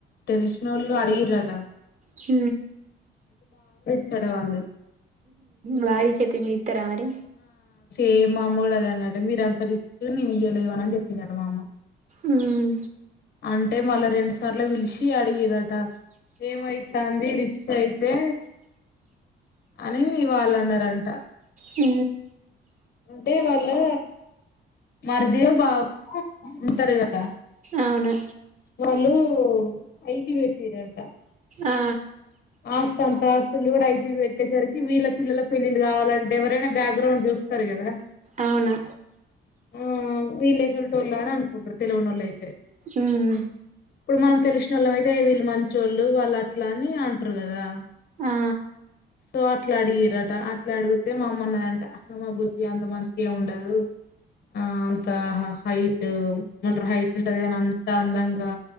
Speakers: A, on the left; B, on the right.
A: తెలిసినోళ్ళు అడిగిరట
B: హ
A: చెడవన్న
B: వారిచేతే ఇత్తారనీ
A: ఏ మామ్మ కూడా అదే అన్నదట మీర అందరు సూ నేను ఇయలో ఇవ్వ అని చెప్పిందట మా అమ్మ
B: ఉమ్
A: అంటే మళ్ళా రెండు సార్లు పిలిచి ఇ అడిగిరా ఏమైత అంది రిచ్ అయితే అని వాళ్ళు అన్నారంట
B: అ
A: అంటే వాళ్ళు మరిదియో బావో ఉంటారు కదా
B: అవును
A: వెళ్ళు ఓ ఐటీ పెటిరంటా
B: ఆ
A: ఆస్తి అంత వీలు కూడా అయితే పెట్టేసరికి వీళ్ళ పిల్లల పపెళ్ళిళ్ళు కావాలంటే ఎవరైనా బ్యాక్గ్రౌండ్ చూస్తారు కదా
B: అవునా
A: ఆ వీళ్ళే యేసింటో వాళ్ళ అని అనుకుంట్రారు తెలివని వాళ్ళ అయితే
B: ఉమ్
A: ఇప్పుడు మనం తెలిసిన వాళ్ళం అయితే వీళ్ళు మంచోళ్ళు వాళ్ళు అట్ల అని అంట్రూ కదా
B: ఆ
A: సో అట్లా అడిగిరట అట్లా అడిగితే మా అమ్మన్నంటే అమ్మ బుజ్జి అంత మంచికి ఏమి ఉండదు ఆ అంత హైట్ మంట హైట్ ఉంటదిద అంత అందంగా